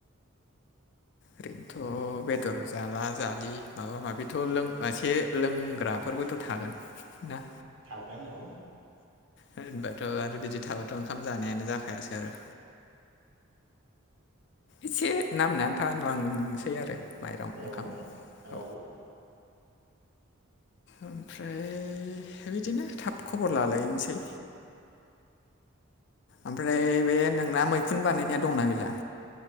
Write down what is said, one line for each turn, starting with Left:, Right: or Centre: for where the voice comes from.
Left: ओरैनोथ' बेदर जाला जालि माबा माबिथ' लों एसे लोंग्रा फोरबोथ' थागोन ना।
Right: थागोन औ।
Left: होनबाथ' आरो बिदि थाबाथ' ओंखाम जानायानो जाखायासै आरो। एसे नामनो आन्था लांसै आरो माइरं
Right: औ
Left: ओंखाम। औ
Right: औ
Left: ओमफ्राय बिदिनो थाब खबर लालायनोसै। ओमफ्राय बे नोंना मैखुन बानायनाया दंना गैला?